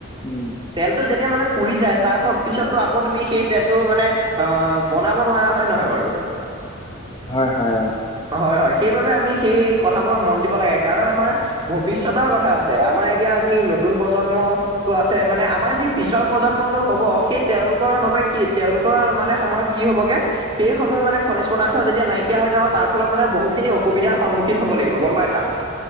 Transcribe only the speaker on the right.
তেলটো যেতিয়া মানে পুৰি যায় তাৰ পিছতো আকৌ তুমি সেই তেলটো মানে অ, বনাব নোৱাৰা হয় নহয় বাৰু।
হয়, হয় সেইবাবে আমি সেই কথাবোৰ মন দিব লাগে কাৰণ আমাৰ ভৱিষ্যতৰ কথা আ ছে আমাৰ এতিয়া আজি নতুন প্ৰজন্ম টো আছে মানে আমাৰ যি পিছৰ প্ৰজন্মটো হ'ব সেই তেলোকৰ বাবে কি তেওঁলোকৰ মানে সময়ত কি হ'বগে সেইসমূহ মানে খনিজ পদাৰ্থ যেতিয়া নাইকিয়া হৈ যাব তাৰ ফলত মানে বহুখিনি অসুবিধাৰ সন্মূখীন হব লাগিব গম পাইছা?